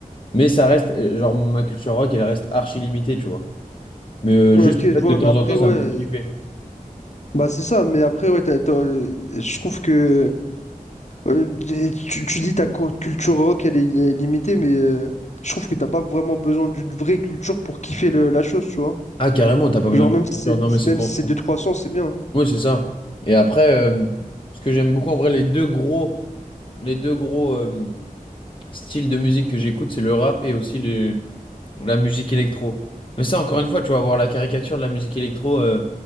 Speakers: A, on the left; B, on the left.
A: Mais ça reste, euh, genre, ma culture rock, elle reste archi limitée, tu vois. Mais euh,
B: Ouais,
A: juste,
B: ok, je
A: en fait,
B: vois,
A: de temps
B: mais après,
A: en temps, ça
B: ouais.
A: me fait kiffer.
B: Bah, c'est ça, mais après, ouais, t'as- t'as- euh, je trouve que. euh, tu, tu dis ta co- culture rock, elle est, elle est limitée, mais euh, je trouve que t'as pas vraiment besoin d'une vraie culture pour kiffer le- la chose, tu vois.
A: Ah, carrément, t'as pas besoin
B: Genre,
A: d'une
B: même si
A: culture.
B: c'est
A: Non, mais c'est
B: même
A: pour.
B: si c'est deux trois cents c'est bien.
A: Oui, c'est ça. Et après, euh, ce que j'aime beaucoup, en vrai, les deux gros, les deux gros, euh, style de musique que j'écoute, c'est le rap et aussi le, la musique électro. Mais ça, encore une fois, tu vas voir la caricature de la musique électro. euh,